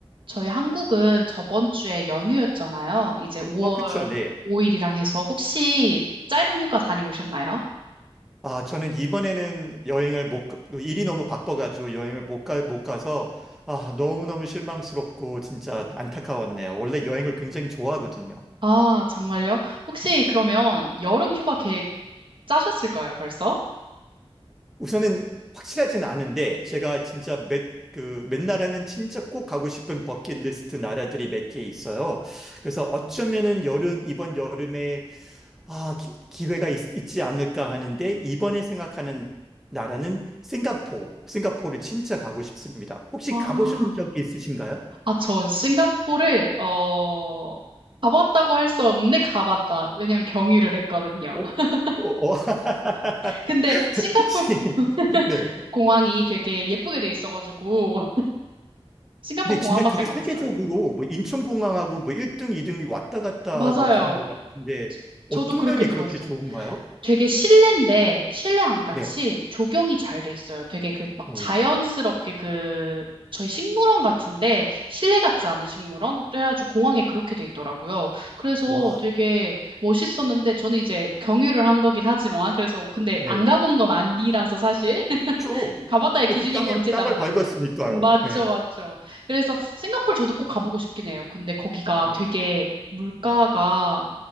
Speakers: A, on the right (about 55°); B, in the centre.
A: 저희 한국은 저번 주에 연휴였잖아요. 이제 5월
B: 어, 그쵸, 네.
A: 5일이랑 해서 혹시 짧은 휴가 다녀오셨나요?
B: 아, 저는 이번에는 여행을 못, 가- 일이 너무 바빠가지고 여행을 못 가, 못 가서, 아, 너무너무 실망스럽고 진짜 안타까웠네요. 원래 여행을 굉장히 좋아하거든요.
A: 아, 정말요? 혹시 그러면 여름 휴가 계획 짜셨을까요, 벌써?
B: 우선은 확실하진 않은데, 제가 진짜 몇, 그, 몇 나라는 진짜 꼭 가고 싶은 버킷리스트 나라들이 몇 개 있어요. 그래서 어쩌면은 여름, 이번 여름에 아, 기, 기회가 있, 있지 않을까 하는데 이번에 생각하는 나라는 싱가포르. 싱가포르 진짜 가고 싶습니다. 혹시
A: 아,
B: 가보신 적이 있으신가요?
A: 아, 전 싱가포르를, 어, 가봤다고 할 수 없는데 가봤다. 왜냐면 경유를 했거든요.
B: 어?
A: <laughs>
B: 어, 어. <laughs>
A: 근데 싱가포르
B: 혹시
A: 고-
B: <laughs> 네.
A: 공항이 되게 예쁘게 돼 있어가지고 싱가포르
B: 근데
A: 공항밖에
B: 진짜 그게
A: 안
B: 세계적으로
A: 가봤어요.
B: 뭐 인천공항하고 뭐 1등, 2등이 왔다 갔다
A: 맞아요.
B: 하고 들은 것 같은데
A: 저도
B: 어떤
A: 그렇게
B: 면이
A: 들었어요.
B: 그렇게 좋은가요?
A: 되게 실내인데 실내 안 같이
B: 네.
A: 조경이 잘 돼 있어요. 되게 그 막
B: 음.
A: 자연스럽게 그 저희 식물원 같은데 실내 같지 않은 식물원? 그래가지고 공항에 그렇게 돼 있더라고요. 그래서
B: 와.
A: 되게 멋있었는데 저는 이제 경유를 한 거긴 하지만 그래서 근데
B: 네.
A: 안 가본 건 아니라서 사실
B: 그렇죠.
A: <laughs> 가봤다의 기준이
B: 아, 그 땅에
A: 뭔지에
B: 땅을
A: 따라 다르니까.
B: 밟았으니까요.
A: 맞죠,
B: 네.
A: 맞죠. 그래서 싱가포르 저도 꼭 가보고 싶긴 해요. 근데 거기가
B: 네.
A: 되게 물가가